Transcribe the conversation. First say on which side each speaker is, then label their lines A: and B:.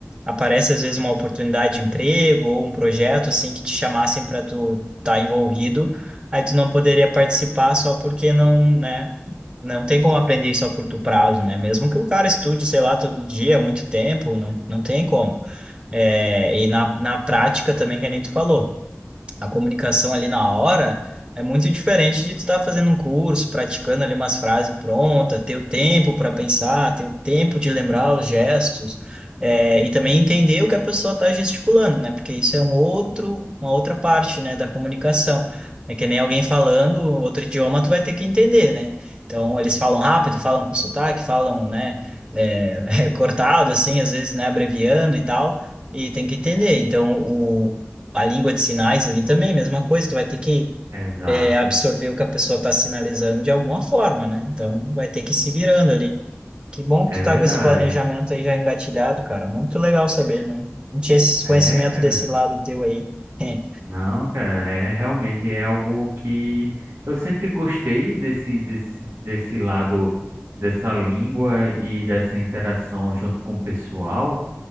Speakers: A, on the right; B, on the right.
A: aparece às vezes uma oportunidade de emprego ou um projeto assim que te chamassem para tu estar envolvido, aí tu não poderia participar só porque não, né? Não tem como aprender isso a curto prazo, né? Mesmo que o cara estude, sei lá, todo dia, muito tempo, não, não tem como. É, e na, na prática também, que nem tu falou a comunicação ali na hora é muito diferente de tu estar fazendo um curso, praticando ali umas frases prontas, ter o tempo para pensar, ter o tempo de lembrar os gestos, é, e também entender o que a pessoa está gesticulando, né? Porque isso é um outro, uma outra parte, né, da comunicação. É que nem alguém falando outro idioma, tu vai ter que entender, né? Então, eles falam rápido, falam com sotaque, falam, né, é, <laughs> cortado, assim, às vezes, né, abreviando e tal e tem que entender. Então, o a língua de sinais ali também, mesma coisa, tu vai ter que
B: Exato,
A: é, absorver o que a pessoa está sinalizando de alguma forma, né? Então vai ter que ir se virando ali. Que bom
B: é
A: que tu
B: verdade.
A: tá com esse planejamento aí já engatilhado, cara. Muito legal saber, não, não tinha esse
B: É,
A: conhecimento
B: cara.
A: desse lado teu aí. É.
B: Não, cara, é realmente é algo que eu sempre gostei desse, desse, desse lado dessa língua e dessa interação junto com o pessoal,